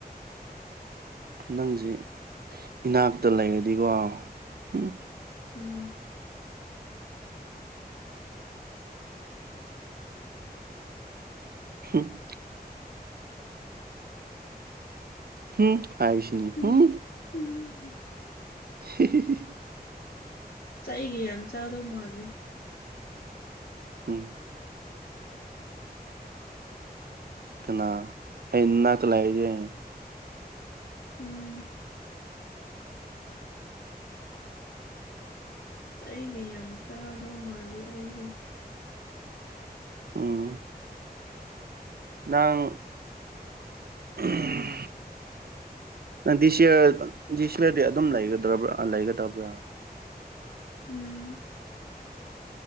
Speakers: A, on the right; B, on the left.
A: ꯅꯪꯖꯦ ꯏꯅꯥꯛꯇ ꯂꯩꯔꯗꯤꯀꯣ ꯍꯨꯝ
B: ꯎꯝ
A: <unintelligible> ꯍꯨꯝ ꯍꯥꯏꯁꯅꯤ
B: ꯎꯝ
A: ꯍꯨꯝ
B: ꯎꯝ
A: <unintelligible>
B: ꯆꯩꯒꯤ ꯌꯥꯝ ꯆꯥꯗꯧ ꯃꯥꯜꯂꯦ꯫
A: ꯎꯝ ꯀꯅꯥ ꯑꯩ ꯏꯅꯥꯛꯇ ꯂꯩꯔꯗꯤ
B: ꯎꯝ ꯆꯩꯒ ꯌꯥꯝ ꯆꯥꯗꯧ ꯃꯥꯜꯂꯤ ꯑꯩꯖꯦ ꯫
A: ꯎꯝ ꯅꯪ ꯎꯝ ꯅꯪ ꯗꯤꯁ ꯌꯤꯌꯔ ꯗꯤꯁ ꯌꯤꯌꯔꯗꯤ ꯑꯗꯨꯝ ꯂꯩꯒꯗꯕ꯭ꯔꯥ ꯂꯩꯒꯗꯕ꯭ꯔꯥ?
B: ꯎꯝ